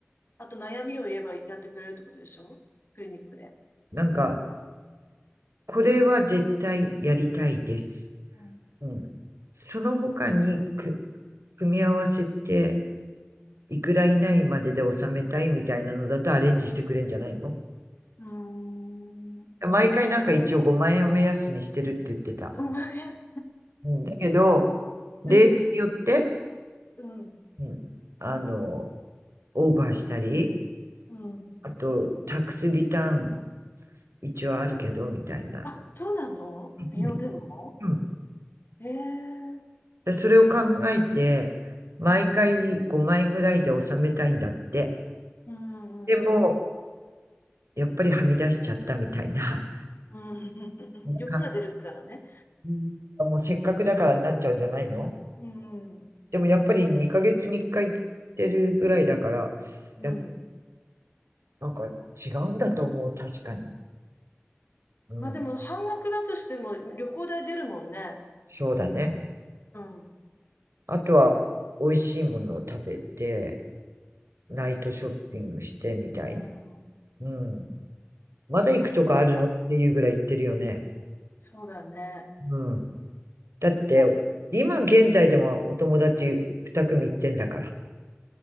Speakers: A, on the left; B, on the right.
A: あと悩みを言えばやってくれるってことでしょクリニックで。
B: なんか、これは絶対やりたいです。
A: うん。
B: うん、その他にく組み合わせて、いくら以内までで収めたいみたいなのだとアレンジしてくれんじゃないの
A: うん。うーん。
B: 毎回なんか一応5万円を目安にしてるって言ってた。
A: 5万円。
B: うん、だけど、例によって、
A: うん。うん。
B: うん、あの、オーバーしたり、
A: うん。
B: あと、タックスリターン一応あるけど、みたいな。
A: あ、そうなの美容でも
B: うんうん
A: ええ
B: それを考えて、
A: うん
B: 毎回5円ぐらいで収めたいんだって。
A: うんうんうん。
B: でも、やっぱりはみ出しちゃったみたいな。
A: うん <laughs>
B: なんか
A: 欲が出るからね。
B: うんもうせっかくだからになっちゃうんじゃないの
A: うん。
B: でもやっぱり2ヶ月に1回行ってるぐらいだから、
A: うん。
B: やっぱなんか違うんだと思う、確かに。うん、
A: まあでも半額だとしても旅行代出るもんね。
B: そうだね。
A: う
B: あとは、
A: ん。ええ
B: 美味しいものを食べて、
A: うん。
B: ナイトショッピングしてみたい。
A: うん
B: うん、まだ行くとかあるのっていうぐらい行ってるよね。
A: あ、そうだね。
B: うん。だって、
A: じゃあ
B: 今現在でもお友達2組行ってんだから。